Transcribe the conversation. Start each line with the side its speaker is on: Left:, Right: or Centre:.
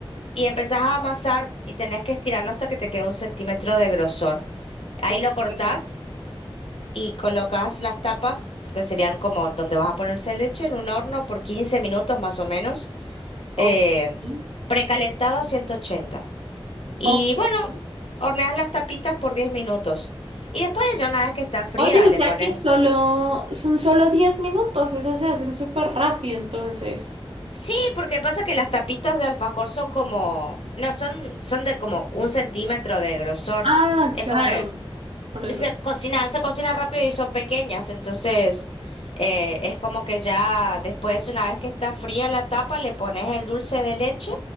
Left: y empezás a amasar y tenés que estirarlo hasta que te quede un centímetro de grosor. Ahí
Right: Okay.
Left: lo cortás y colocas las tapas, que serían como donde vas a ponerse leche, en un horno por 15 minutos más o menos eh,
Right: okay
Left: precalentado a ciento ochenta Y
Right: ok.
Left: bueno, horneas las tapitas por 10 minutos. Y después, ya una vez que está fría,
Right: Oye, o
Left: le
Right: sea
Left: pones.
Right: que solo son solo 10 minutos, eso se hacen súper rápido entonces.
Left: Sí, porque pasa que las tapitas de alfajor son como, no, son, son de como un centímetro de grosor.
Right: Ah,
Left: Es
Right: claro.
Left: como que
Right: Por el...
Left: se cocina, se cocina rápido y son pequeñas, entonces eh, es como que ya después, una vez que está fría la tapa, le pones el dulce de leche